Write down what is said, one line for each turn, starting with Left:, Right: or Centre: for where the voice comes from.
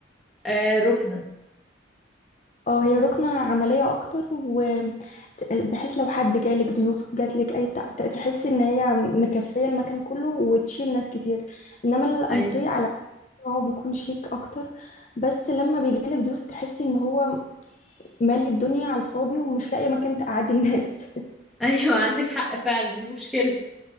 Centre: آه ركنة
Left: اه هي الركنة عملية أكتر وبحيث لو حد جالك ضيوف جاتلك أي بتاع ت- تحسي إن هي مكفية المكان كله وتشيل ناس كتير إنما الأنتريه
Centre: أيوة
Left: هو بيكون شيك اكتر بس لما بيجيلك ضيوف بتحسي ان هو مالي الدنيا على الفاضي ومش لاقيه مكان تقعدي الناس
Centre: أيوة <laughs> عندك حق فعلا دي مشكلة